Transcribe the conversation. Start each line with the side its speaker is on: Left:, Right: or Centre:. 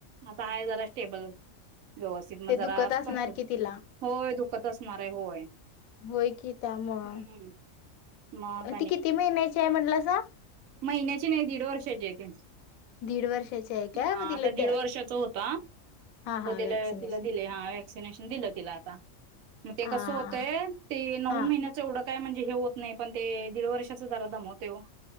Right: आता हाय जरा स्टेबल. व्यवस्थित
Left: ते
Right: मग जरा
Left: दुखत असणार
Right: पाठव
Left: कि तिला
Right: होय दुखत असणार हाय होय.
Left: होय कि त्यामुळं.
Right: हम्म मग
Left: ती किती महिन्याची हाय म्हणलासा?
Right: महिन्याचे नाही. दीड वर्षाची हाय ती.
Left: दीड वर्षाची आहे काय
Right: हा
Left: मग तिला
Right: आता दीड
Left: ते
Right: वर्षाचा होता.
Left: हा हा
Right: त तिला
Left: वॅक्सिनेशन
Right: तिला दिलं हा ए -- वॅक्सिनेशन दिल तिल आता. मग ते
Left: हा
Right: कसं
Left: हा
Right: होतंय ते नऊ
Left: हा
Right: महिने- - एवढं काय म्हणजे हे होत नाही पण ते दीड वर्षाच दरा दमवतयं ओ.